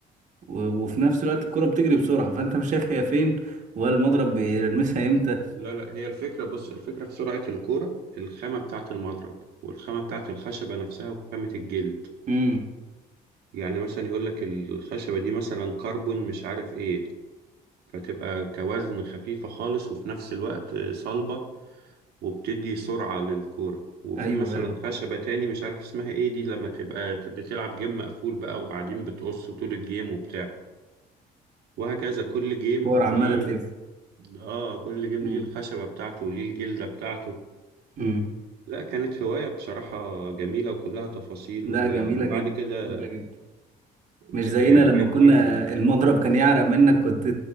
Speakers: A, on the right (about 45°); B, on the right (about 70°).
A: و- وفي نفس الوقت الكرة بتجري بسرعة فأنت مش شايف هي فين ولا المضرب بيرمسها إمتى
B: لا لا هي الفكرة بص الفكرة في سرعة الكرة الخامة بتاعة المضرب والخامة بتاعة الخشبة نفسها وخامة الجلد
A: امم
B: يعني مثلا يقول لك الخشبة دي مثلا كربون مش عارف ايه فتبقى كوزن خفيفة خالص وفي نفس الوقت صلبة وبتدي سرعة للكورة وفي
A: أيوه
B: مثلا
A: أيوه
B: خشبة تاني مش عارف اسمها ايه دي لما تبقى بتلعب جيم مقفول بقى وقاعدين بتقص طول الجيم وبتاع وهكذا كل جيم
A: الكورة
B: ليه
A: عمالة تلف
B: اه كل جيم
A: امم
B: ليه الخشبة بتاعته وليه الجلدة بتاعته
A: امم
B: لا كانت هواية بصراحة جميلة وكلها تفاصيل
A: لا
B: و...
A: جميلة
B: وبعد
A: جدا
B: كده
A: جميلة جدا مش
B: ك...
A: زينا
B: يعني
A: لما
B: بقت
A: كنا
B: أجمل
A: المضرب كان يعرق منك كنت